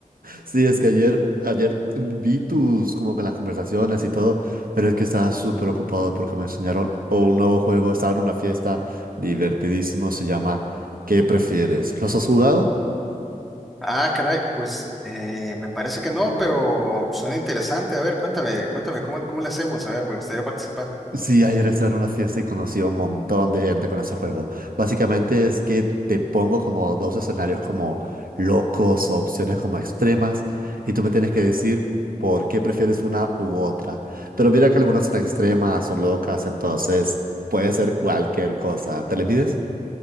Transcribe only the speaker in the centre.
Ah, caray, pues eh, me parece que no, pero suena interesante. A ver, cuéntame, cuéntame, ¿cómo, cómo le hacemos? A ver, me gustaría participar.